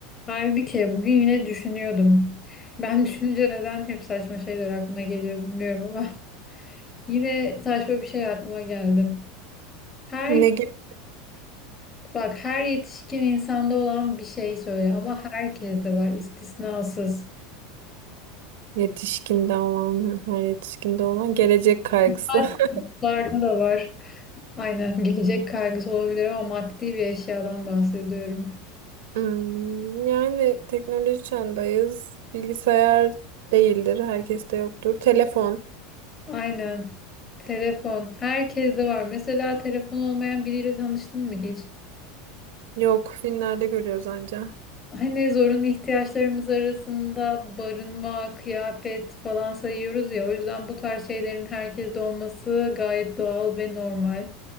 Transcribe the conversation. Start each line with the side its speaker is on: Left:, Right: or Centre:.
Left: Halbuki bugün yine düşünüyordum. Ben <laughs> düşününce neden hep saçma şeyler aklıma geliyor bilmiyorum ama <laughs> yine saçma bir şey aklıma geldi. Her
Right: Ne gibi
Left: bak her yetişkin insanda olan bir şey söyle ama herkeste var istisnasız.
Right: yetişkinde olan, her yetişkinde olan gelecek kaygısı.
Left: Hatta
Right: <laughs>
Left: çocuklarda da var. Aynen <laughs> gelecek kaygısı olabilir ama maddi bir eşyadan bahsediyorum.
Right: Hmm, yani teknoloji çağındayız. Bilgisayar değildir, herkeste yoktur. Telefon
Left: Aynen. Telefon. Herkeste var. Mesela telefon olmayan biriyle tanıştın mı hiç?
Right: yok, filmlerde görüyoruz anca.
Left: Hani zorunlu ihtiyaçlarımız arasında barınma, kıyafet falan sayıyoruz ya. O yüzden bu tarz şeylerin herkeste olması gayet doğal ve normal.